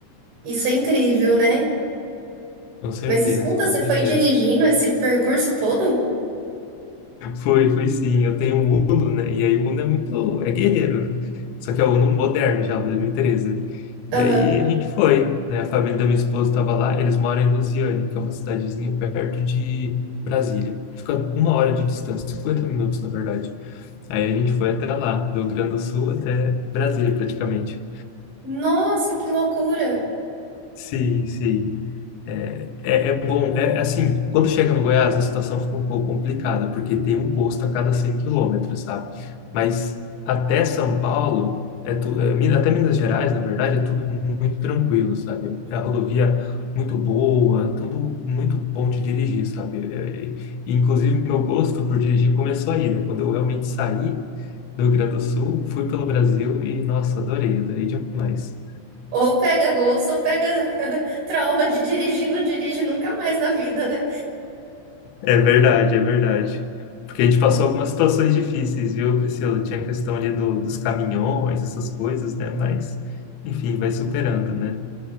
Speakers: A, on the right; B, on the left.
A: Isso é incrível, né?
B: Com certeza,
A: Mas escuta,
B: com
A: você
B: certeza.
A: foi dirigindo esse percurso todo?
B: Foi, foi sim. Eu tenho um Uno, né? E aí o Uno é muito, é guerreiro, né? Só que é o Uno moderno já, 2013, né?
A: Aham.
B: E aí a gente foi, né? A família da minha esposa estava lá, eles moram em Lusiane, que é uma cidadezinha perto de Brasília. Fica uma hora de distância, 50 minutos, na verdade. Aí a gente foi até lá, do Rio Grande do Sul até Brasília, praticamente.
A: Nossa, que loucura!
B: Sim, sim. É, é é bom, é é assim, quando chega no Goiás a situação fica um pouco complicada, porque tem um posto a cada 100 quilômetros, sabe? Mas até São Paulo, é tu, é, Minas- até Minas Gerais, na verdade, é tudo muito tranquilo, sabe? A rodovia muito boa, tudo muito bom de dirigir, sabe? É, é, inclusive, meu gosto por dirigir começou aí, né? Quando eu realmente saí do Rio Grande do Sul, fui pelo Brasil e, nossa, adorei, adorei demais.
A: Ou pega gosto, ou pega <laughs> trauma de dirigir, não dirige nunca mais na vida, né?
B: É verdade, é verdade. Porque a gente passou algumas situações difíceis, viu, Priscila? Tinha a questão ali do, dos caminhões, essas coisas, né? Mas, enfim, vai superando, né?